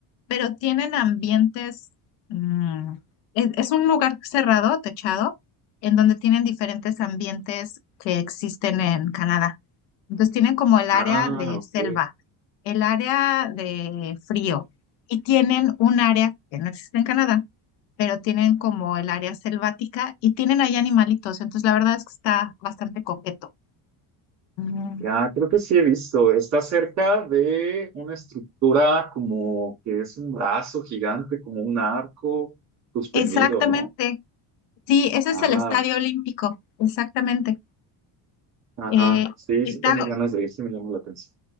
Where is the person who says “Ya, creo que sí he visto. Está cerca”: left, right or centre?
Right